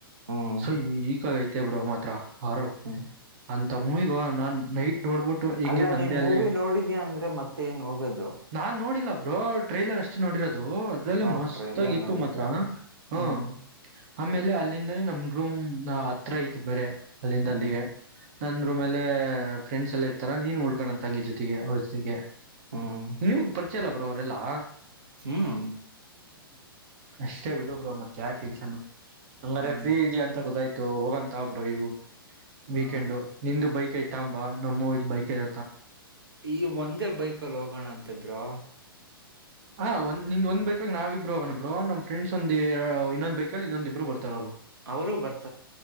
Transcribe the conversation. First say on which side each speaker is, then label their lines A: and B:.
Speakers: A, on the right; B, on the right.
A: ಹ್ಮ್
B: ಸೊ ಈಕ ಐತೆ ಬ್ರ ಮಾತ್ರ ಅವರ
A: ಹ್ಮ್
B: ಅಂತ ಮೂವಿಗ ನಾನ್ ನೈಟ್ ನೋಡ್ಬಿಟ್ಟು ಹೆಂಗಿರ್
A: ಅಲ್ಲ
B: ನಂದೇ
A: ನೀನ್
B: ಅಲ್ಲಿ
A: ಮೂವಿ ನೋಡಿದ್ಯಾ ಅಂದ್ರೆ ಮತ್ತೆ ಏನ್ ಹೋಗೋದು
B: ನಾನ್ ನೋಡಿಲ್ಲ ರೋ ಟ್ರೈಲರ್ ಅಷ್ಟ ನೋಡಿರೋದು ದು ಅದ್ರಲ್ಲ
A: ಓ
B: ಮಸ್ತ್
A: ಟ್ರೈಲರ್
B: ಆಗ ಇತ್ತು
A: ನೋಡಿದ್ಯಾ
B: ಮಾತ್ರ ಹ
A: ಹ್ಮ್
B: ಆಮೇಲೆ ಅಲ್ಲಿಂದಾನೇ ನಮ್ದ ರೂಮ್ ನ ಹತ್ರ ಐತ್ ಬರ ಅಲ್ಲಿಂದ
A: ಹ್ಮ್
B: ಅಲ್ಲಿಗೆ ನಂದ್ರ ಮೇಲೆ ಫ್ರೆಂಡ್ಸ್ ಎಲ್ಲ ಇರ್ತಾರ ನೀನ್ ಉಳ್ಕೋಣ ತಂಗಿ ಜೊತೆಗೆ ಅವ್ರ ಜೊತೆಗೆ
A: ಹ್ಮ್
B: ನಿಮ್ ಪರಿಚಯಲ್ಲ ಬರೋವರೆಲ್ಲಾ
A: ಹ್ಮ್
B: ಅಷ್ಟೇ ಬಿಡುಬ ಮತ್ತ ಯಾವ ಟೆನ್ಷನ್ ಹಂಗಾರೆ
A: ಹ್ಮ್
B: ಫ್ರೀ ಇದ ಅಂತ ಗೊತ್ತಾಯ್ತು ಹೋಗಂತಾಬ್ರರು ಇವು ವೀಕೆಂಡು
A: ಹಾ
B: ನಿಂದು ಬೈಕ್ ಐ್ತ ಅಂಬ ನಮ್ಮ ಇ ಬೈಕ್ ಐತ
A: ಈ ಒಂದೇ ಬೈಕಲ್ಲಿ ಹೋಗೋಣ ಅಂತಬ್ರೋ
B: ಹಾ ಒಂದ್ಂದ್ ಒಂದ ಬೈಕಕ್ ನಾವ ಇಬ್ಬರು ಹಗೋಬಬ್ರು ನಮ ಫ್ರೆಂಡ್ಸ್ ಒಂದ ಇನ್ನೊಂದ ಬೈಕಲ್ಲಿ ಇನ್ನೊಂದ ಇಬ್ರು ಬರ್ಾರ ಅವರು
A: ಅವರು ಬರ್ತಾರೆ